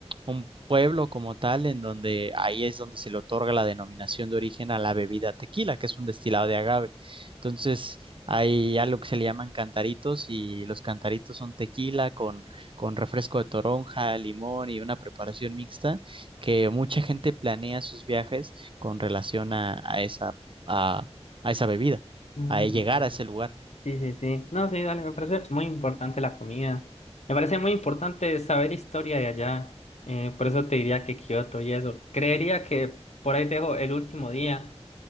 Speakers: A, on the right; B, on the left.
A: un pueblo como tal, en donde ahí es donde se le otorga la denominación de origen a la bebida tequila, que es un destilado de agave. Entonces... Hay algo que se le llaman cantaritos y los cantaritos son tequila con, con refresco de toronja, limón y una preparación mixta que mucha gente planea sus viajes con relación a, a esa, a, a esa bebida,
B: Mm,
A: a llegar
B: ok.
A: a ese lugar.
B: Sí, sí, sí. No, sí, dale, me parece muy importante la comida. Me parece muy importante saber historia de allá. Eh, por eso te diría que Kioto y eso. Creería que por ahí dejo el último día